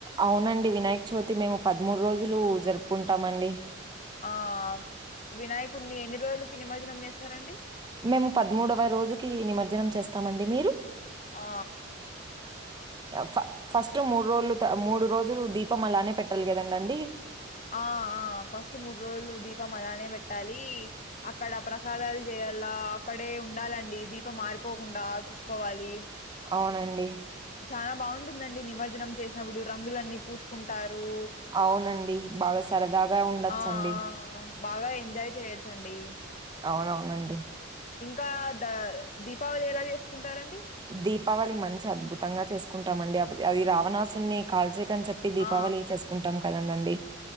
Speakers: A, on the right; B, on the left.
A: అవునండి వినాయక చవితి మేము పద్మూడ్ రోజులు జరుపుకుంటామండి.
B: ఆ వినాయకుడ్ని ఎన్ని రోజులకి నిమజ్జనం చేస్తరండి
A: మేము పద్మూడవ రోజుకి నిమజ్జనం చేస్తామండి. మీరు?
B: ఆ
A: ఫ ఫస్ట్ మూడు రోజులు త మూడు రోజులు దీపం అలానే పెట్టాలి కదండ అండి.
B: ఆ ఆ ఫస్ట్ మూడ్ రోజులు దీపం అలానే పెట్టాలీ అక్కడ ప్రసాదాల్ చేయాల అక్కడే ఉండాలండి దీపం ఆరిపోకుండా చూస్కోవాలి
A: అవునండి.
B: చాలా బాగుంటుందండి నిమజ్జనం చేసినప్పుడు రంగులన్నీ పూస్కుంటారు.
A: అవునండి. బాగా సరదాగా ఉండొచ్చండి.
B: ఆ ఆ బాగా ఎంజాయ్ చేయచ్చండి.
A: అవునవునండి.
B: ఇంకా ద దీపావళి ఎలా చేసుకుంటారండి?
A: దీపావళి మంచి అద్భుతంగా చేసుకుంటామండి. అది రావణాసున్నీ కాల్చే అన్ చెప్పి దీపావళి
B: ఆ
A: చేసుకుంటాం కదండండి.